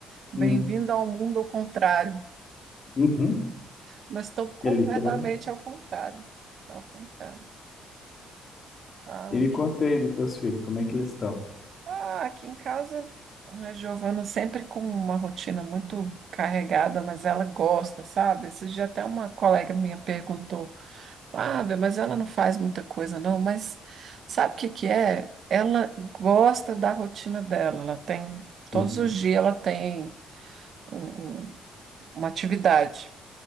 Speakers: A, on the right; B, on the left.
A: Bem-vindo
B: Hum,
A: ao mundo ao contrário.
B: Uhum,
A: Mas estou completamente
B: é literalmente.
A: ao contrário. Ao contrário. Ah,
B: E me
A: aqui,
B: conta aí dos teus filhos, como é que eles estão?
A: ah, aqui em casa, a Giovana sempre com uma rotina muito carregada, mas ela gosta, sabe? Esse dia até uma colega minha perguntou, ah, Bê, mas ela não faz muita coisa, não, mas sabe o que que é? Ela gosta da rotina dela, ela tem, todos
B: Uhum,
A: os dias ela tem um- um- uma atividade.